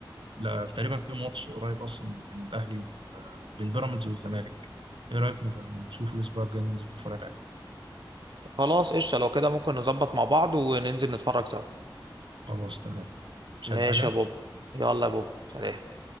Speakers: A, on the right (about 85°); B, on the right (about 60°).
A: لا تقريبا في ماتش قريب اصلا بين الاهلي وبين بيراميدز والزمالك ايه رايك نبقى نشوف الاسبوع الجاي ننزل نتفرج عليه
B: خلاص قشطه لو كده ممكن نظبط مع بعض وننزل نتفرج سوا
A: خلاص تمام مش
B: ماشي
A: عايز حاجة
B: يا بوب يلا يا بوب سلام